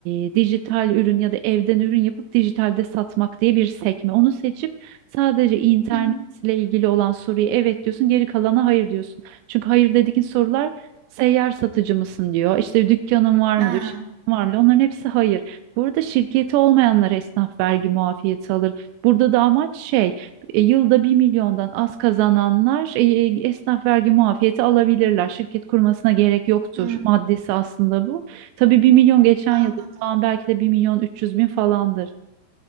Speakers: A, on the right; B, on the right.
A: e, dijital ürün ya da evden ürün yapıp dijitalde satmak diye bir sekme. Onu seçip sadece internetle
B: Hı hı.
A: ilgili olan soruya evet diyorsun, geri kalana hayır diyorsun. Çünkü hayır dediğin sorular seyyar satıcı mısın diyor, işte dükkanın var
B: Ha,
A: mı diyor, şirketin var mı diyor. Onların hepsi hayır. Burada şirketi olmayanlar esnaf vergi muafiyeti alır. Burada da amaç şey e, yılda bir milyondan az kazananlar e, e, esnaf vergi muafiyeti alabilirler. Şirket kurmasına gerek yoktur
B: hı.
A: maddesi aslında bu. Tabii bir milyon geçen
B: Anladım.
A: yıl şu an belki de bir milyon 300 bin falandır.